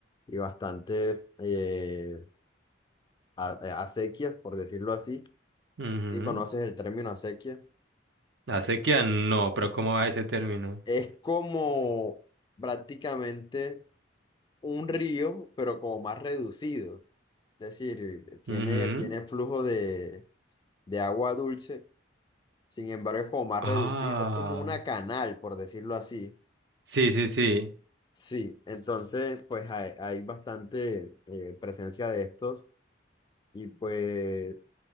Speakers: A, on the left (about 25°); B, on the right (about 65°).
A: y bastantes eh, a- eh, acequias, por decirlo así.
B: Ujú.
A: Si conoces el término acequia,
B: La sequía no, pero ¿cómo va ese término?
A: es como prácticamente un río, pero como más reducido. Es decir, tiene,
B: Ujú.
A: tiene flujo de, de agua dulce, sin embargo, es como más
B: Ah,
A: reducido. Es como una canal, por decirlo así.
B: sí, sí, sí.
A: Sí, entonces pues hay, hay bastante eh, presencia de estos y pues